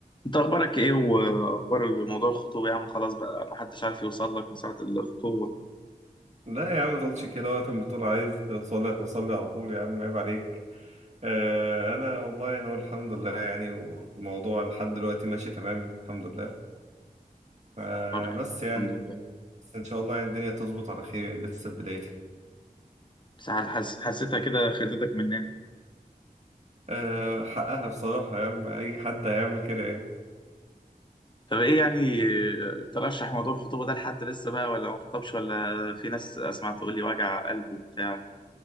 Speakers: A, on the left (about 30°); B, on the right (about 45°).
A: انت اخبارك ايه واخبار موضوع الخطوبه يا عم خلاص بقى ما حدش عارف يوصل لك من ساعه الخطوبه
B: لا يا عم ما تقولش كده وقت ما تقول عايز توصل لي هتوصل لي على طول يا عم عيب عليك آه انا والله هو الحمد لله يعني والموضوع لحد دلوقتي ماشي تمام الحمد لله آه
A: طب يعني
B: بس يعني
A: الحمد لله
B: بس ان شاء الله يعني الدنيا تظبط على خير يعني لسه في بدايتها
A: بس حس... حسيتها كده خدتك مننا
B: آه حقها بصراحة يا عم اي حد هيعمل كده يعني
A: طب ايه يعني اه، ترشح موضوع الخطوبه ده لحد لسه بقى ولا ما خطبش ولا في ناس اسمع تقول لي وجع قلب وبتاع